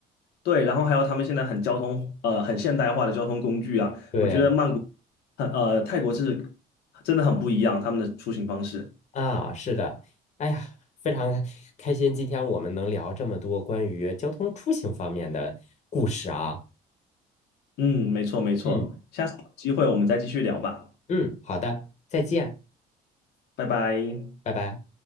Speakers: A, on the left; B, on the left.
A: 对，然后还有他们现在很交通，呃，很现代化的交通工具啊，
B: 对
A: 我觉得曼谷很，呃，泰国是真的很不一样，他们的出行方式。
B: 啊，是的，哎呀，非常开心，今天我们能聊这么多关于交通出行方面的故事啊。
A: 嗯，没错没错，
B: 嗯。
A: 下次有机会我们再继续聊吧，
B: 嗯，好的，再见，
A: 拜拜。
B: 拜拜。